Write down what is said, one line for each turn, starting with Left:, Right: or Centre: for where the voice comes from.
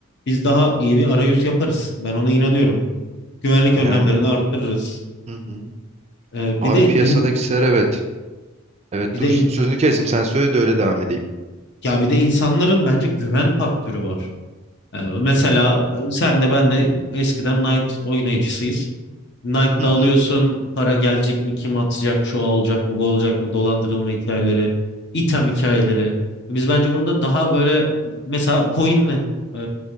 Left: biz daha iyi bir arayüz yaparız. Ben ona inanıyorum güvenlik önlemlerini
Right: Yani.
Left: arttırırız.
Right: Hı hı.
Left: Ee,
Right: Abi
Left: bir de
Right: piyasadaki
Left: in-
Right: siteler evet. Evet
Left: bir
Right: dur
Left: de in-
Right: sözünü kestim sen söyle de öyle devam edeyim.
Left: ya bir de insanların bence güven faktörü var. Ee, mesela sen de ben de eskiden Knight oynayıcısıyız. Knight'ta
Right: Hı hı.
Left: alıyorsun para gelecek mi kim atacak şu olacak mı bu olacak mı dolandırılma hikayeleri item hikayeleri. Biz bence bunu da daha böyle mesela coin'le e,